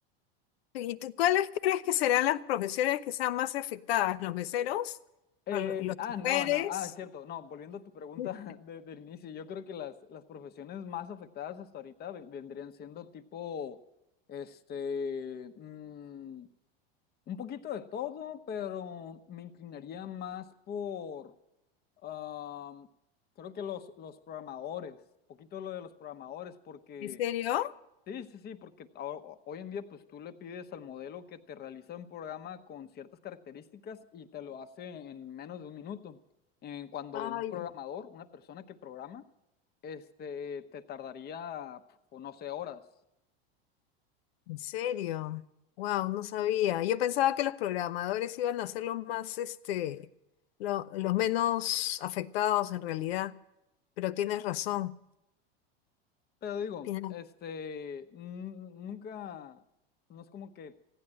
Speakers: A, on the left (about 80°); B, on the left (about 30°).
A: ¿Y tú, cuáles crees que serán las profesiones que sean más afectadas? ¿Los meseros?
B: Eh,
A: ¿O lo- ¿Los
B: ah,
A: choferes?
B: no, no, ah, es cierto, no, volviendo a tu pregunta
A: <laughs>
B: <laughs> de- del inicio, yo creo que las, las profesiones más afectadas hasta ahorita ve- vendrían siendo tipo, este, mm, Un poquito de todo, pero me inclinaría más por, am, creo que los, los programadores, un poquito lo de los programadores, porque,
A: ¿En serio?
B: sí, sí, sí, porque ho- hoy en día pues tú le pides al modelo que te realiza un programa con ciertas características y te lo hace en menos de un minuto. En cuando
A: Ay.
B: un programador, una persona que programa, este, te tardaría, pf, o no sé, horas.
A: ¿En serio? Wow, no sabía. Yo pensaba que los programadores iban a ser los más, este, lo- los menos afectados en realidad, pero tienes razón.
B: Pero digo,
A: Tienes-
B: este, mm, nunca, no es como que